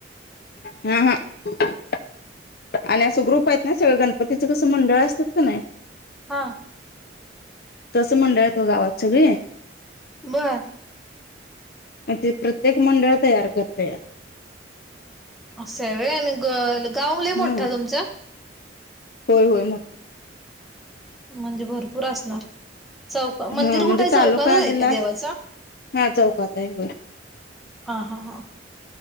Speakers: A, on the left; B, in the centre.
A: हा हा आणि असं ग्रुप आहेत ना. सगळं गणपतीचं कसं मंडळ असतात का नाही
B: हां.
A: तसं मंडळ हायत हो गावात सगळे
B: बर.
A: मग ते प्रत्येक मंडळ तयार करत या.
B: असय व्हय आणि ग गाव लय
A: हा
B: मोठ तुमच?
A: होय होय मग
B: म्हणजे भरपूर असणार. चौक मंदिर
A: हा म्हणजे
B: कुठे आहे
A: तालुका
B: चौकातच आहे
A: जिल्हा
B: का देवाच?
A: हा चौकात आहे होय
B: ह हा हां.